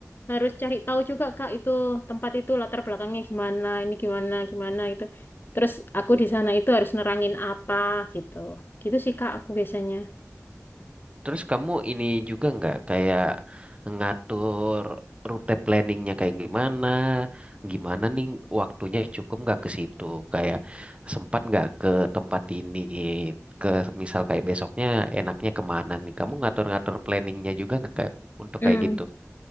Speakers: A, on the left; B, on the right.
A: harus cari tahu juga, Kak, itu tempat itu latar belakangnya gimana, ini gimana, gimana itu Terus aku di sana itu harus nerangin apa gitu. Gitu sih, Kak, aku biasanya.
B: terus kamu ini juga nggak kayak ngatur rute planningnya kayak gimana gimana nih waktunya cukup nggak ke situ kayak sempat nggak ke tempat ini ke misal kayak besoknya enaknya kemana nih kamu ngatur-ngatur planningnya juga nggak kayak untuk
A: Hmm,
B: kayak gitu